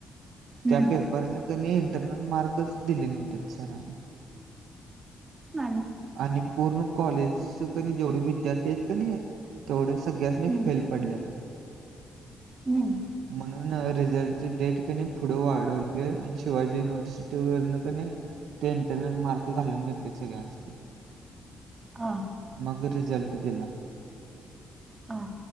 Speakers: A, on the right; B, on the right.
A: हम्म
B: त्या पेपरला क इंटरनल मार्कच दिले नव्हते सरांनी
A: ह <unintelligible>
B: आणि पूर्ण कॉलेज क जेवढे विद्यार्थी आहेत का नाही तेवढच सगळ
A: हम्म
B: फेल पडलेला
A: हम्म
B: म्हण प रिझल्टची डेट कनी वाढवली आणि शिवाजी युनिवर्सि तेण क ते इंटरनल मार्क घालून घेतले सगळे
A: हा
B: मग रिझल्ट दिला.
A: ह <unintelligible>